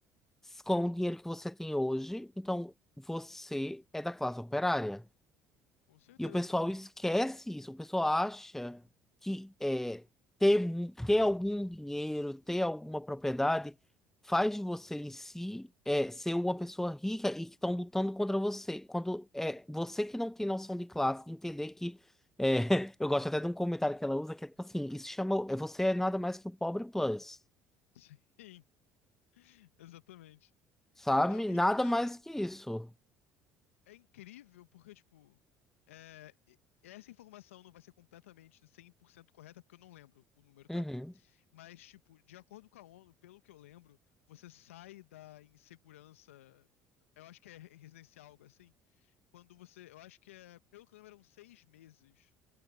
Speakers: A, in the centre; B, on the left (about 80°).
A: com o dinheiro que você tem hoje, então você é da classe operária.
B: com certeza.
A: E o pessoal esquece isso, o pessoal acha que é, ter, mu- ter algum dinheiro, ter alguma propriedade, faz de você em si é, ser uma pessoa rica e que estão lutando contra você. Quando é você que não tem noção de classe, entender que. é, <laughs> eu gosto até de um comentário que ela usa que é tipo assim: isso chama. é, Você é nada mais que o pobre plus,
B: Sim, <laughs> exatamente.
A: sabe?
B: Não, e
A: Nada
B: cara,
A: mais que isso.
B: é incrível porque, tipo, é, e- essa informação não vai ser completamente 100% correta porque eu não lembro. O número tá
A: Uhum.
B: Mas, tipo, de acordo com a ONU, pelo que eu lembro, você sai da insegurança. Eu acho que é residencial, algo assim. Quando você. Eu acho que é. Pelo que eu lembro, eram seis meses.